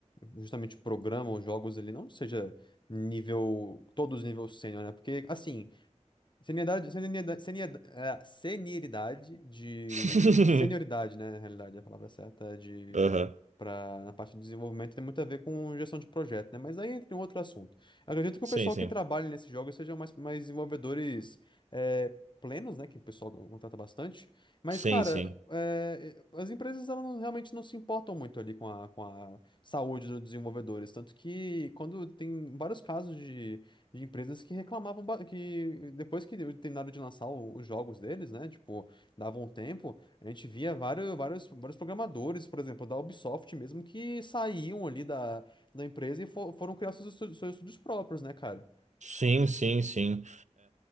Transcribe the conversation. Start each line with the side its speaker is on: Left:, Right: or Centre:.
Left: justamente programa os jogos ele não seja nível, todos nível sênior, né? Porque, assim, Senioridade, senioridade, senioridade, é, senioridade de.
Right: <laughs>
Left: Senioridade, né? Na realidade, a palavra certa é de.
Right: Aham.
Left: Pra, na parte de desenvolvimento tem muito a ver com gestão de projeto, né? Mas aí entra em um outro assunto. Eu acredito que
Right: Sim,
Left: o pessoal
Right: sim.
Left: que trabalha nesses jogos sejam mais, mais desenvolvedores é, plenos, né? Que o pessoal contrata bastante. Mas,
Right: Sim,
Left: cara,
Right: sim.
Left: é, as empresas elas não- realmente não se importam muito ali com a, com a saúde dos desenvolvedores. Tanto que quando tem vários casos de de empresas que reclamavam ba- que depois que terminaram de lançar o- os jogos deles, né? Tipo, davam um tempo, a gente via vários, vários, vários programadores, por exemplo, da Ubisoft mesmo, que saíam ali da, da empresa e fo- foram criar seus, estu- seus estúdios próprios, né, cara?
Right: Sim, sim, sim.